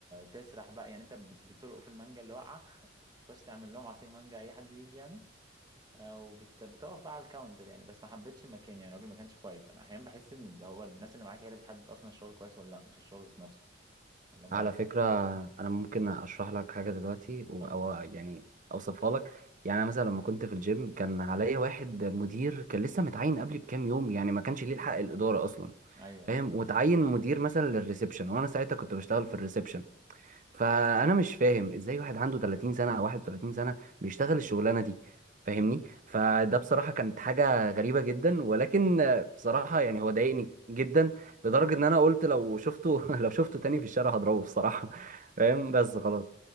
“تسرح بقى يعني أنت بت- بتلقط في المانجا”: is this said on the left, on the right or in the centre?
Right